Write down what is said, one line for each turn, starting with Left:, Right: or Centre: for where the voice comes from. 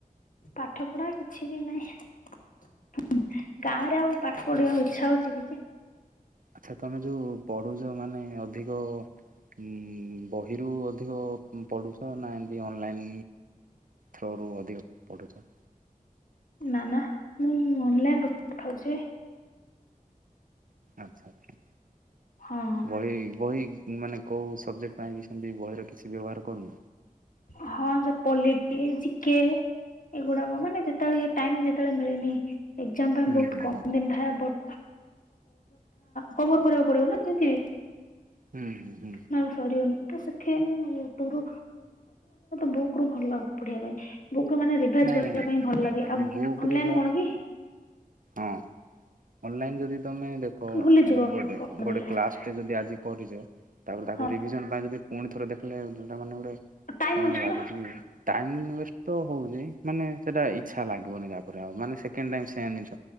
Left: ପାଠ ପଢ଼ା କିଛି ବି ନାହିଁ। ଗାଁ ରେ ଆଉ ପାଠ ପଢିବାକୁ ଇଚ୍ଛା ହଉଛି କି ଯେ
Right: ଆଚ୍ଛା ତମେ ଯୋଉ ପଢୁଛ ମାନେ ଅଧିକ ଅମ୍। ବହିରୁ ଅଧିକ ପଢୁଛ ନା ଏମିତି ଅନଲାଇନ୍ ଥ୍ରୋରୁ ଅଧିକ ପଢୁଛ।
Left: ନା ନା ମୁଁ ଅନଲାଇନ ରୁ ପଢ଼ିଥାଉଛି।
Right: ଆଚ୍ଛା ଆଚ୍ଛା
Left: ହଁ
Right: ବହି ବହି ମାନେ କେଉଁ ସବଜେକ୍ଟ ପାଇଁ ବି ସେମତି ବହିର କିଛି ବ୍ୟବହାର କରୁନ?
Left: ହଁ ଯୋଉ ପୋଲିଟି, ଜିକେ ଏଗୁଡାକ ମାନେ ଯେତେବେଳେ ଟାଇମ ଯେତେବେଳେ ମିଳେନି ଏକଜାମ୍ ପାଇଁ
Right: ହୁଁ
Left: ବହୁତ
Right: ହୁଁ
Left: କମ ଦିନ ଥାଏ ବଟ୍ କଭର କରିବାକୁ ପଡିବ ନା ଯେମିତି ବି
Right: ହୁଁ ହୁଁ ହୁଁ
Left: ନହେଲେ ସରିବନି ତ ସେଥି ମୁଁ ପଢୁ ବୁକ ରୁ ଭଲ ପଢିବାପାଇଁ ଵୁକ୍ ରୁ ମାନେ ରିଭାଇଜ
Right: ନାଇଁ
Left: କରିବା ପାଇଁ ଭଲ ଲାଗେ
Right: ନାଇଁ
Left: ଆଉ
Right: ବୁକ୍
Left: ଅନଲାଇନ
Right: ରେ
Left: କଣ କି
Right: ହଁ ଅନଲାଇନ୍ ଯଦି ତମେ ଗୋଟେ
Left: ଭୁଲିଯିବ ପଢିଦେଲେ
Right: ଗୋଟେ କ୍ଲାସ ଟେ ଯଦି ଆଜି କରିଛ ତାପରେ ତାକୁ
Left: ହଁ
Right: ରିଭିଜନ ପାଇଁ ଯଦି ପୁଣି ଥରେ ଦେଖିଲେ ଡ଼ା
Left: ଟାଇମ
Right: କଣ
Left: ୱେଷ୍ଟ
Right: ଲାଗୁଛି
Left: ନା
Right: କି? ଟାଇମ ଉଏଷ୍ଟ ତ ହଉଛି ମାନେ ସେଟା ଇଛା ଲାଗିବନି ତାପରେ ଆଉ ମାନେ ସେକେଣ୍ଡ ଟାଇମ ସେମ ଜିନିଷ